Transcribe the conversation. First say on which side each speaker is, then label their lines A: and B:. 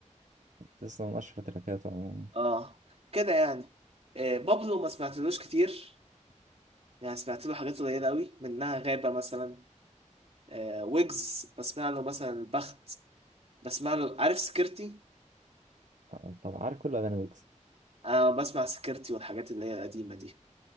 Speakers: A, on the right (about 75°); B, on the right (about 55°).
A: لسه من اشهر تراكاته عموما
B: اه كده يعني آه بابلو ما سمعتلوش كتير يعني سمعت له حاجات قليلة قوي منها غابة مثلا آه ويجز بسمع له مثلا البخت بسمع له عارف سكرتي
A: آه، طبعا عارف كل اغاني ويجز
B: أنا بسمع سكرتي والحاجات اللي هي القديمة دي